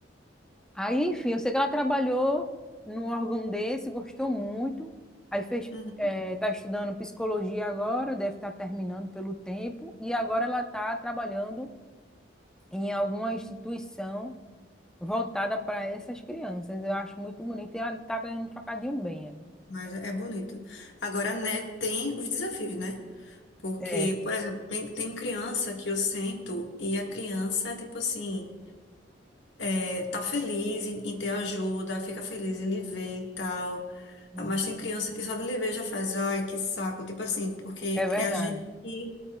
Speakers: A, in the centre; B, on the left (about 70°).
A: Aí, enfim, eu sei que ela trabalhou num órgão desse, gostou muito. Aí fez,
B: uhum.
A: eh, tá estudando psicologia agora, deve estar terminando pelo tempo. E agora ela está trabalhando em alguma instituição voltada para essas crianças. Eu acho muito bonito. E ela está ganhando um trocadinho bem, ela.
B: Mas é é bonito. Agora, né, tem os desafios, né? Porque,
A: É,
B: por exemplo, tem, tem criança que eu sento e a criança, tipo assim. É, tá feliz em, em ter ajuda, fica feliz em lhe ver e tal. Ah,
A: é,
B: Mas tem criança que só de lhe ver já faz, ai, que saco. Tipo assim, porque
A: é verdade,
B: é a gente que,